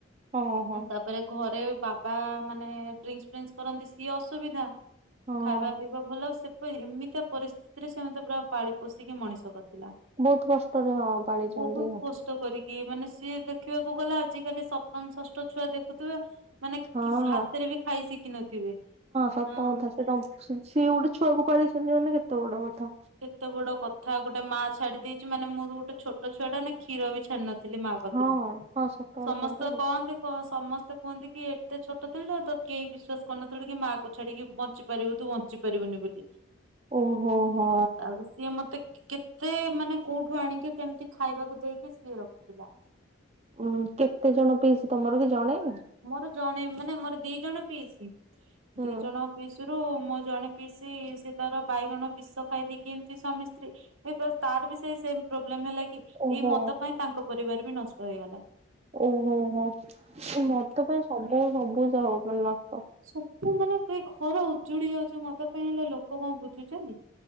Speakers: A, on the right (about 30°); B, on the right (about 85°).
A: ଓହୋ ହଁ
B: ଆଉ ତାପରେ ଘରେ ବାବା ମାନେ ଡ୍ରିଙ୍କସ୍ ଫିଙ୍କସ୍ କରନ୍ତି ସିଏ ଅସୁବିଧା
A: ହଁ
B: ଖାଇବା ପିଇବା ଭଲ ସେପ ଏମି ତ ପରିସ୍ଥିତିରେ ସେମୋତେ ପୁରା ପାଳି ପୋଷିକି ମଣିଷ କରିଥିଲା।
A: ବହୁତ କଷ୍ଟରେ ହଁ ପାଳିଛନ୍ତି।
B: ବହୁତ କଷ୍ଟ କରିକି ମାନେ ସିଏ ଦେଖିବାକୁ ଗଲେ ଆଜି କାଲି ସପ୍ତମ ଷଷ୍ଠ ଛୁଆ ଦେଖୁିଥିବେ ମାନେ
A: ହଁ
B: କିଛି ହାତରେ ବି ଖାଇ ଶିଖିନଥିବେ
A: ସତ
B: ହଁ
A: କଥା ସେ ସିଏ ଗୋଟେ ଛୁଆକୁ ପାଳେଇଛନ୍ତି ମାନେ କେତେ ବଡ କଥା
B: କେତେ ବଡ କଥା ଗୋଟେ ମା ଛାଡି ଦେଇଛି ମାନେ ମୁଁ ତ ଗୋଟେ ଛୋଟ ଛୁଆଟା ନା କ୍ଷୀର ବି ଛାଡି ନଥି ଥିଲି ମା ପାଖରୁ
A: ହଁ ହଁ ସତ
B: ସମସ୍ତେ
A: କଥା ତ
B: କହନ୍ତି କ ସମସ୍ତେ କୁହନ୍ତି କି ଏତେ ଛୋଟ ଥିଲୁ ଆଉ ତ କେହି ବିଶ୍ଵାସ କରିନଥିଲୁ କି ମାଆକୁ ଛାଡିକି ବଞ୍ଚିପାରିବୁ ତୁ ବଞ୍ଚୁ ବଞ୍ଚି ପାରିବୁନି ବୋଲି
A: ଓହୋ ହୋ
B: ତାପରେ ସିଏ ମତେ କେତେ ମାନେ କୋଉଠୁ ଆଣିକି କେମିତି ଖାଇବାକୁ ଦେଇକି ସିଏ ରଖିଥିଲା
A: ଉଁ କେତେ ଜଣ ପିଇସି ତମର କି ଜଣେ ନା?
B: ମୋର ଜଣେ ମାନେ ମୋର ଦି ଜଣ ପିଇସି
A: ହୁଁ
B: ଦି ଜଣ ପିଇସି ରୁ ମୁଁ ଜଣେ ପିସି ସେ ତାର ବାଇଗଣ ବିଷ ଖାଇ ଦେଇକି ଏମିତି ସ୍ୱାମୀ ସ୍ତ୍ରୀ ତାର ବି ସେଇ ସେମେ ପ୍ରୋବ୍ଲେମ ହେଲା କି
A: ଓହୋ
B: ଏଇ ମଦ ପାଇଁ ତାଙ୍କ ପରିବାର ବି ନଷ୍ଟ ହେଇଗଲା।
A: ଓହୋହୋ ମଦ ପାଇଁ ସବୁ ସବୁ ଯ ହ ମାନେ ନଷ୍ଟ
B: ସବୁ ମାନେ ଏ ଘର ଉଜୁଡି ଯାଉଛି ମଦ ପାଇଁ ହେଲେ ଲୋକ କଣ ବୁଝୁଛନ୍ତି